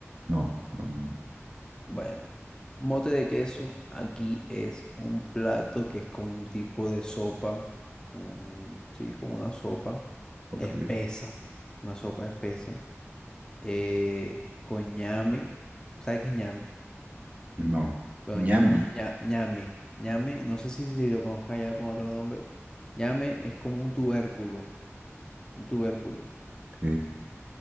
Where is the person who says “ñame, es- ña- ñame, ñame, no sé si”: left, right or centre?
Left